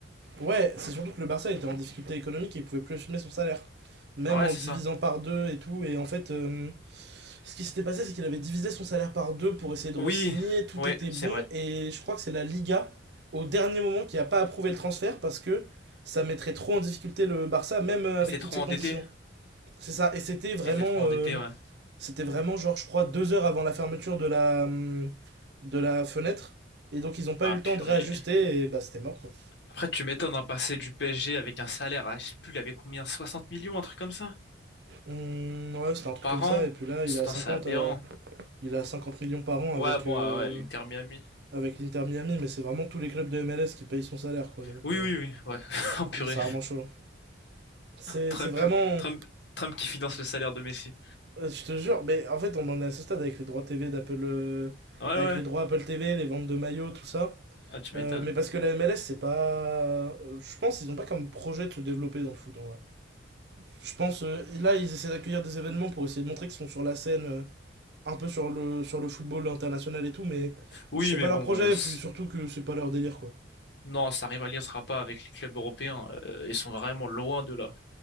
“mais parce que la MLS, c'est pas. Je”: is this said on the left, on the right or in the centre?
Right